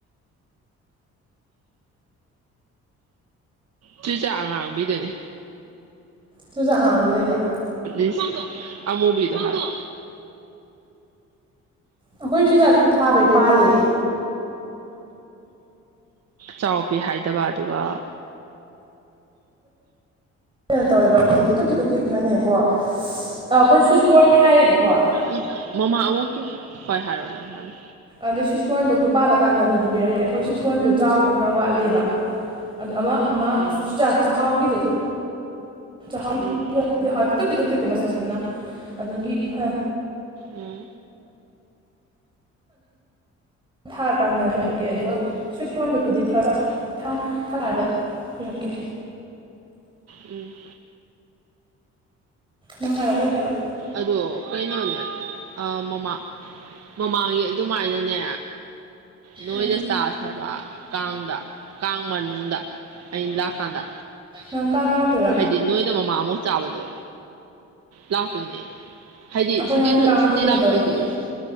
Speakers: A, on the right; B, on the right.
A: ꯆꯨꯖꯥꯛ ꯑꯉꯥꯡꯕꯤꯗꯨꯅꯦ
B: ꯆꯨꯖꯥꯛ ꯑꯥꯉꯡꯕꯤ ꯂꯩꯕ꯭ꯔꯥ
A: ꯏꯁ ꯑꯃꯨꯕꯤꯗ‌ꯣ ꯍꯥꯏꯕ
B: ꯑꯩꯈꯣꯏ ꯆꯨꯖꯥꯛ ꯊꯥꯕꯩ ꯄꯥꯜꯂꯦ
A: ꯆꯥꯎ ꯄꯤ ꯍꯥꯏꯗꯕ ꯑꯗꯨꯒ
B: ꯀꯩꯅꯣ ꯇꯧꯋꯦꯕ ꯄꯤꯇꯨꯛ ꯄꯤꯇꯛ ꯄꯤꯛꯅꯅꯦꯀꯣ ꯑꯩꯈꯣꯏ ꯁ꯭ꯋꯤꯠ ꯀꯣꯔꯟ ꯊꯥꯏꯌꯦꯕꯀꯣ
A: ꯎꯝ ꯃꯃꯥ ꯑꯃꯨꯛꯀꯤ ꯍꯣꯏ ꯍꯥꯏꯔꯣ ꯅꯪ ꯍꯥꯟꯅ
B: ꯑꯗꯩ ꯁ꯭ꯋꯤꯠꯀꯣꯔꯟꯗꯣ ꯄꯥꯜꯂꯀꯥꯟꯗꯕꯨꯗꯤ ꯄꯤꯔꯛꯀꯦ ꯑꯩꯈꯣꯏ ꯁ꯭ꯋꯠꯀ ꯀꯣꯔꯟꯗꯣ ꯆꯥꯎꯕ ꯈꯔ ꯋꯥꯠꯂꯤꯑ‌ꯦꯕ ꯑꯗ ꯑꯃ ꯃ
A: ꯎꯝ
B: ꯆꯨꯖꯥꯛ ꯆꯥꯛꯍꯥꯎꯒꯤꯗꯣ ꯆꯥꯛꯍꯥꯎꯍꯥꯎ
A: ꯎꯝ
B: ꯄꯤꯇꯛ ꯄꯤꯛꯇꯛ ꯄꯤꯛꯀꯣ ꯃꯁꯛꯇꯨꯅ ꯑꯗꯨꯒꯤ ꯐꯅ
A: ꯎꯝ
B: ꯊꯥꯔꯀꯥꯟꯗꯔꯛꯀꯦ ꯑꯗꯨꯒ ꯁ꯭ꯋꯤꯠ ꯀꯣꯔꯟꯗꯨꯕꯨꯗꯤ ꯈꯔ ꯊꯀꯥꯟꯗ ꯄꯤꯔꯛꯀꯦ
A: ꯎꯝ
B: ꯅꯨꯡ ꯍꯥꯏꯥꯏꯔꯛꯄꯩ ꯍꯥꯏꯕ
A: ꯑꯗꯣ ꯀꯩꯅꯣꯅꯦ ꯃꯃꯥꯡ ꯃꯃꯥꯡꯒꯤ ꯑꯗꯨꯃꯥꯏꯅ ꯅꯦ ꯅꯣꯏꯗ
B: ꯎꯝ
A: ꯆꯥꯁ ꯍꯥꯏꯦꯕ ꯀꯥꯡꯗ ꯀꯥꯡ ꯃꯅꯨꯡꯗ ꯑ ꯂꯥꯛ ꯀꯥꯟꯗ
B: ꯅꯪ ꯀꯪ ꯂꯥꯛꯄꯤꯔꯣ
A: ꯑꯗꯨꯗꯤ ꯅꯣꯏꯗ ꯃꯃꯥꯃꯨꯛ ꯆꯥꯕꯗꯣ ꯂꯥꯛꯇꯣꯏꯅꯦ ꯍꯥꯏꯗꯤ
B: ꯑꯩꯈꯣꯏ
A: ꯁꯨꯇꯤ
B: ꯅꯍꯥꯟ ꯀꯥꯡꯒꯤ
A: ꯁꯨꯇꯤ
B: ꯀꯩꯅꯣ
A: ꯂꯥꯛꯄꯩꯗꯨꯣ
B: ꯇꯧꯋꯤꯅꯦ